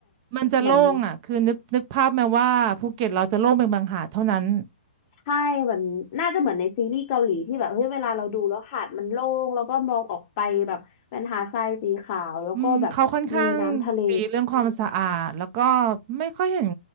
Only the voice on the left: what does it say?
เหมือนใช่เหมือนน่าจะเหมือนในซีรีส์เกาหลีที่แบบเฮ้ยเวลาเราดูแล้วหาดมันโล่งแล้วก็มองออกไปแบบเป็นหาดทรายสีขาวแล้วก็แบบมีน้ำทะเล